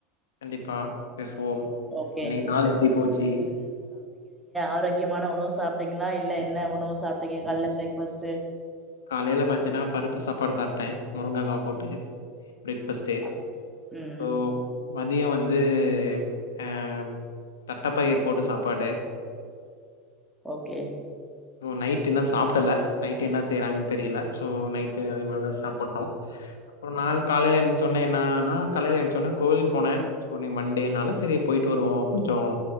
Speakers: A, on the left; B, in the centre.
A: கண்டிப்பா பேசுவோ
B: ஓகே
A: இன்னை நாள் எப்டி போச்சி
B: ஆரோக்யமான உணவு சாப்ட்டீங்ளா இல்ல என்ன உணவு சாப்ட்டீங்க கால்ல ஃப்ரேக்பஸ்டு
A: காலைல பாத்தீனா பருப்பு சாப்பாடு சாப்ட்டே முருங்கக்கா போட்டு ப்ரேக்பஸ்டே
B: அப் ம்
A: சோ மதியொ வந்து அ தட்டப்பயிர் போட்டு சாப்பாடு
B: ஓகே
A: நைட் இன்ன சாப்டல நைட் என்ன செய்றாங்கன் தெரியில சோ நைட் <unintelligible> தா சாப்புட்னு அப்றொ நாள் காலையில் எழுந்துச் ஒன்னே என்னனா கலைல எஞ்ச்சொனே கோவில் போனே சோ நீ மண்டேனால செரி பொய்ட்டு வருவோ கொஞ் சோ